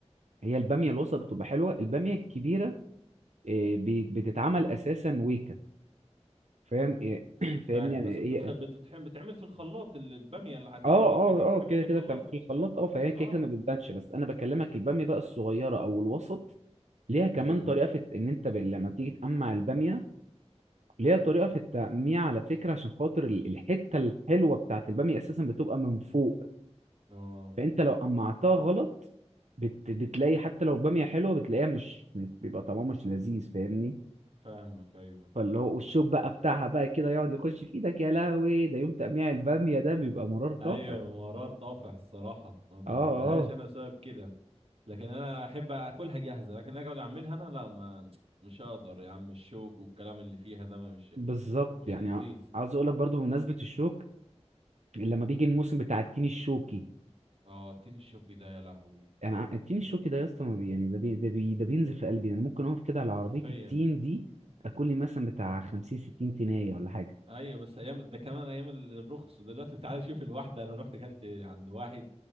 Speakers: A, on the right; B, on the right.
A: هي البامية الوسط بتبقى حلوة البامية الكبيرة إيه، بي- بتتعمل اساسا ويكا فاهم إيه، <clears throat>
B: فاهم
A: فاهمني يعني
B: بس
A: هي
B: بتتخ... بتتحم بتتعمل في الخلاط ال- الباميه العاديه
A: اه
B: الويكه
A: اه
B: دي بتتعمل
A: اه كده
B: في
A: كده
B: الخلاط
A: بتعمل في الخلاط اه فهي كده
B: اه
A: كده ما بتبانش بس انا بكلمك البامية بقى الصغيرة او الوسط ليها كمان
B: ايوه
A: طريقة في الت- ان انت ب- لما تيجي تقمع البامية ليها طريقة في التقميع على فكرة عشان خاطر ال- الحتة الحلوة بتاعت البامية أساسا بتبقى من فوق
B: اه
A: فأنت لو قمعتها غلط بت... بتلاقي حتى لو البامية حلوة بتلاقيها مش مش- بيبقى طعمها مش لذيذ فاهمني
B: فاهمك ايوه
A: فاللي هو والشوك بقى بتاعها بقى كده يقعد يخش في ايدك يا لهوي ده يوم تقميع البامية ده بيبقى مرار طافح
B: ايوه مرار طافح الصراحه ما بحبهاش
A: اه اه
B: انا بسبب كده لكن انا احب اكلها جاهزه لكن اقعد اعملها انا لا ما مش هقدر يا عم الشوك والكلام اللي فيها ده مش
A: بالظبط
B: مش
A: يعني
B: لذيذ
A: ع- عاوز اقول لك برضو بمناسبة الشوك لما بيجي الموسم بتاع التين الشوكي
B: اه التين الشوكي ده يا لهوي
A: يعني ع- التين الشوكي ده يا اسطى ما بي- يعني ده بي ده, بي ده بينزل في قلبي انا ممكن اقف كده على عربيه
B: حرفيا
A: التين دي اكل لي مثلا بتاع 50 60 تينيه ولا حاجه
B: ايوه بس ايام ده كمان ايام الرخص دلوقتي تعالى شوف الواحده انا رحت اكلت عند واحد